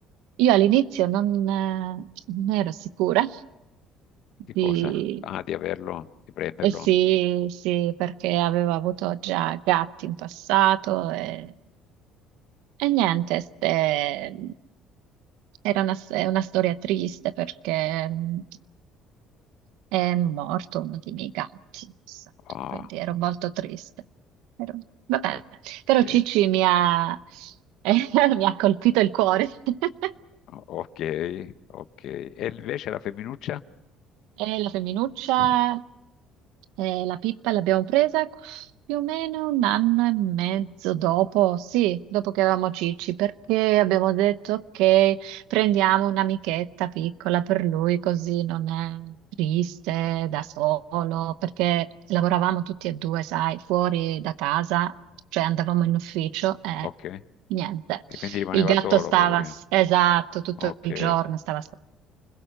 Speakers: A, on the right; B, on the left.
A: Io all'inizio non, eh, non ero sicura
B: Di
A: di...
B: cosa? Ah, di averlo, di prenderlo.
A: eh, sì, sì, perché avevo avuto già gatti in passato e e niente, ste- era una, è una storia triste perché mm, è morto uno dei miei gatti, esatto,
B: Ah,
A: quindi ero molto triste. Ero- vabbè,
B: ok,
A: però Cici mi ha, <laughs> mi ha colpito il cuore. <laughs>
B: O- ok, ok. E invece la femminuccia?
A: E la femminuccia?
B: Sì,
A: Eh, la Pippa l'abbiamo presa più o meno un anno e mezzo dopo, sì, dopo che avevamo Cicci, perché abbiamo detto che prendiamo un'amichetta piccola per lui, così non è triste da solo, perché lavoravamo tutti e due, sai, fuori da casa, cioè andavamo in ufficio e
B: ok.
A: niente.
B: E quindi rimaneva
A: Il gatto
B: solo,
A: stava,
B: poverino.
A: esatto, tutto
B: Ok.
A: il giorno stava. sotto.